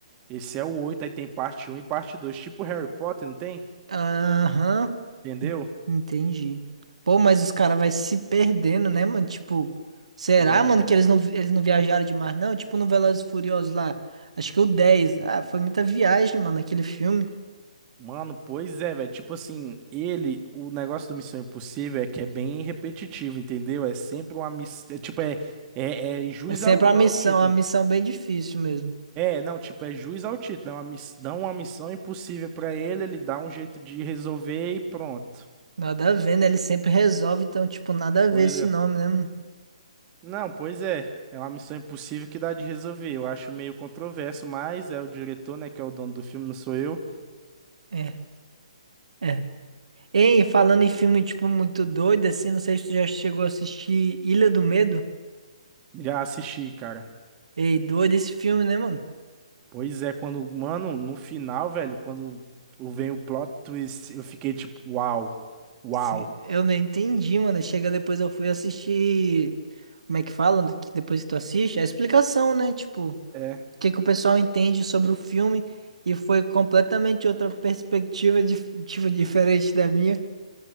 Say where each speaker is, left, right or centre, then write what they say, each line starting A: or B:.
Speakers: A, on the right; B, on the right.
A: Esse é o oito aí tem parte um e parte dois tipo Harry Potter, não tem?
B: Aham,
A: Entendeu?
B: entendi. Pô, mas os caras vai se perdendo, né, mano? Tipo, será,
A: Ivan,
B: mano,
A: é-
B: que eles não, eles não viajaram demais, não? Tipo, no Velozes e Furiosos lá, acho que o 10 Ah, foi muita viagem, mano, aquele filme.
A: Mano, pois é, velho. Tipo assim, ele, o negócio do Missão Impossível é que é bem repetitivo, entendeu? É sempre uma missão. É, tipo, é, é, é juiz
B: É sempre
A: ao,
B: uma
A: ao
B: missão,
A: título.
B: uma missão bem difícil mesmo.
A: É, não, tipo, é juiz ao título. É uma miss, dá uma missão impossível pra ele, ele dá um jeito de resolver e pronto.
B: Nada a ver, né? Ele sempre resolve, então, tipo, nada a ver
A: Pois
B: esse
A: é.
B: nome, né, mano?
A: Não, pois é. É uma missão impossível que dá de resolver. Eu acho meio controverso, mas é o diretor, né, que é o dono do filme, não sou eu.
B: É, é. Ei, falando em filme, tipo, muito doido, assim, não sei se tu já chegou a assistir Ilha do Medo.
A: Já assisti, cara.
B: Ei, doido esse filme, né, mano?
A: Pois é, quando, mano, no final, velho, quando o- vem o plot twist, eu fiquei tipo, uau, uau.
B: Sim, eu não entendi, mano. Chega depois eu fui assistir. Como é que fala? Que depois que tu assiste? A explicação, né? Tipo, o
A: É,
B: que que o pessoal entende sobre o filme. E foi completamente outra perspectiva, dif- tipo, diferente da minha.